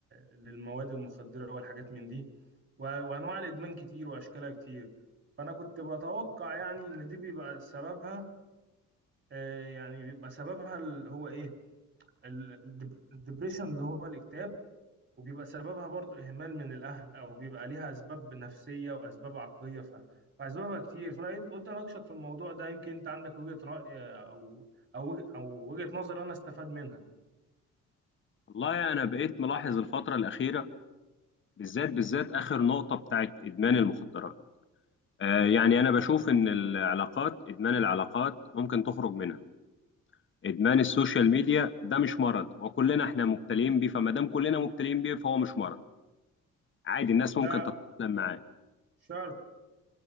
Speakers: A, on the right; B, on the left.
A: للمواد المخدرة والحاجات من دي و- وانواع الادمان كتير واشكالها كتير فانا كنت بتوقع يعني ان دي بيبقى سببها آه، يعني بيبقى سببها اللي هو ايه الدبريشن اللي هو الاكتئاب وبيبقى سببها برضو إهمال من الأهل أو بيبقى ليها أسباب نفسية وأسباب عقلية ف... فأسبابها كتير فأنا قلت أناقشك في الموضوع ده يمكن أنت عندك وجهة رأي أو أو وجه- أو وجهة نظر أنا أستفاد منها
B: والله أنا بقيت ملاحظ الفترة الأخيرة بالذات بالذات آخر نقطة بتاعت إدمان المخدرات آه يعني أنا بشوف إن العلاقات إدمان العلاقات ممكن تخرج منها إدمان السوشيال ميديا ده مش مرض وكلنا إحنا مبتلين بيه فما دام كلنا مبتلين بيه فهو مش مرض عادي الناس
A: لا
B: ممكن تتأقلم معاه
A: شرط